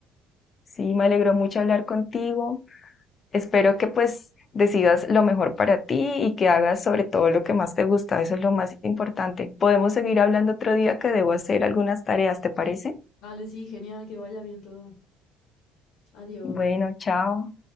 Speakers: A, on the left; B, on the left.
A: sí, me alegró mucho hablar contigo. Espero que pues decidas lo mejor para ti y que hagas sobre todo lo que más te gusta. Eso es lo más importante. Podemos seguir hablando otro día que debo hacer algunas tareas, ¿te parece?
B: Vale, sí, genial, que vaya bien todo. Adiós.
A: Bueno, chao.